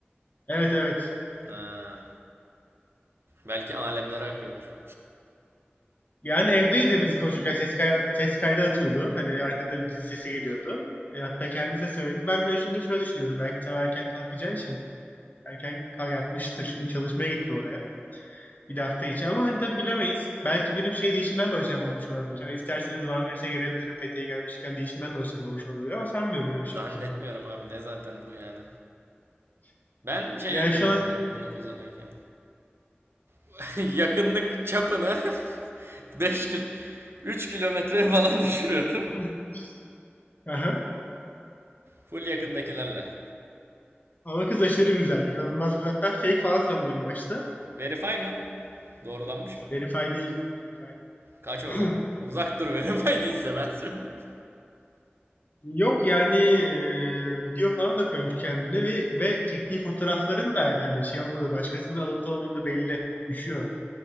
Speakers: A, on the left; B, on the right.
A: Evet evet
B: Ha. Belki alemlere akıyordur.
A: Yani evdeydi biz konuşurken ses, kay- ses kaydı atıyordu. Hani arkada bir dizi sesi geliyordu. E, hatta kendisi de söyledi. Ben hani şunu da şöyle düşünüyorum. Belki sen erken kalkacağı için erken kal yatmıştır. Şimdi çalışmaya gitti oraya. Bir de hafta içi ama hani tabii bilemeyiz. Belki birim şey değişinden de hoşlanmamış olabilir. Hani isterseniz bana verirse gelebilirim. Fethiye'ye gelmişken değişinden de hoşlanmamış olabilir ama sanmıyorum böyle bir şey
B: Zannetmiyorum
A: olsun.
B: abi ne zaten bu yani. Ben şey
A: Yani
B: yapıyordum
A: şu an...
B: bunu bunu kullanıyorken. <laughs> Yakınlık çapını <laughs> 5 kil 3 kilometre falan düşürüyordum.
A: <clears throat> Aha.
B: Full yakındakilerle.
A: Ama kız aşırı güzel. İnanılmaz güzel. Hatta fake falan sandım en başta.
B: Verify mı? Doğrulanmış mı?
A: Verify değil. Verify değil.
B: Kaç o
A: <clears throat>
B: zaman? Uzak dur verify değilse ben söyleyeyim.
A: Yok yani eee, video falan da koymuş kendine ve, ve çektiği fotoğrafların da hani şey olmadı başkasında alıntı olmadı belli. Uyuşuyor.